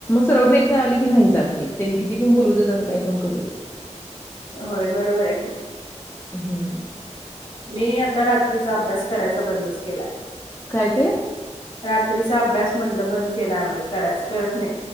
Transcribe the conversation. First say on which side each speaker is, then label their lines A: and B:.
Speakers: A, on the left (about 20°); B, on the left (about 40°).
A: सर्वज्ञा म इथ आली. की नाही चालत. नी तेनी कितीपण बोलुदेत अन कायपण करुदेत
B: होय बरोबर आहे की,
A: हम
B: मी आता रात्रीचा अभ्यास करायचा बंदच केलाय.
A: काय ते
B: रात्रीचा अभ्यास म्हटलं बंद केलाय म्हणल करायचा करत नाही.